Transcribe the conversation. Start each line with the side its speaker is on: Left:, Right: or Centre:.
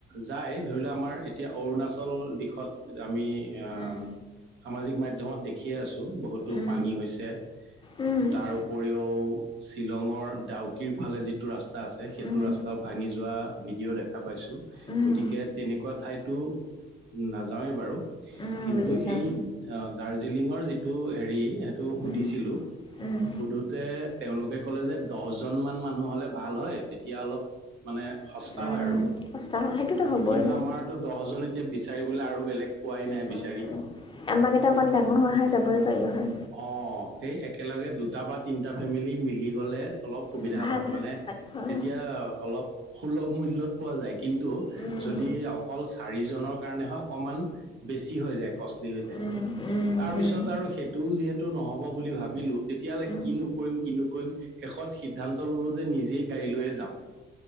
Right: যায় ধৰি লোৱা আমাৰ এতিয়া অৰুণাচল। টোল দিশত আমি আহ।
Left: উম,
Right: সামাজিক মাধ্যমত দেখিয়ে আছো বহুতো
Left: উম,
Right: পানী হৈছে
Left: উম,
Right: তাৰ উপৰিও শ্বিলঙৰ ডাউকিৰ ফালে যিটো ৰাস্তা। ৰাস্তা আছে সেইটো
Left: উম,
Right: ৰাস্তাও ভাঙি যোৱা ভিডিঅ' দেখা পাইছো
Left: উম।
Right: গতিকে তেনেকুৱা ঠাইতো। উম নাযাওঁৱে বাৰু
Left: উম
Right: কিন্তু
Left: বুজিছোঁ
Right: এই আ। দাৰ্জিলিঙৰ যিটো হেৰি সেইটো সুধিছিলো।
Left: উম উম
Right: সুধোতে তেওঁলোকে ক'লে যে দহজন মান মানুহ হলে। ভাল হয় তেতিয়া অলপ মানে সস্তা
Left: উম
Right: হয় আৰু।
Left: কষ্ট হয় সেইটোতো হ'বই
Right: কিন্তু আমাৰতো দহজন এতিয়া বিচাৰি বোলে আৰু বেলেগ পোৱাই নাই
Left: উম,
Right: বিচাৰি।
Left: আমাক এতিয়া অকণ ডাঙৰ সহায় যাবই। পাৰিলোঁ হয়
Right: অ। সেই একেলগে দুটা বা তিনিটা ফেমিলি মিলি গলে অলপ সুবিধা
Left: উম, ভাল
Right: হয় মানে
Left: হোৱাটো হয়
Right: তেতিয়া। অলপ সুলভ মূল্যত পোৱা যায় কিন্তু
Left: উম
Right: যদি অকল চাৰিজনৰ কাৰণে হয় কম। অকমান বেছি হৈ যায় কষ্টলী হৈ যায়
Left: উম উম
Right: তাৰ
Left: উম
Right: পিছত আৰু ও যিহেতু নহব বুলি ভাবিলো তেতিয়াহলে
Left: উম
Right: কি নকৰিম কি নকৰিম শেষত সিদ্ধান্ত ললো যে। নিজেই গাড়ী লৈয়ে যাম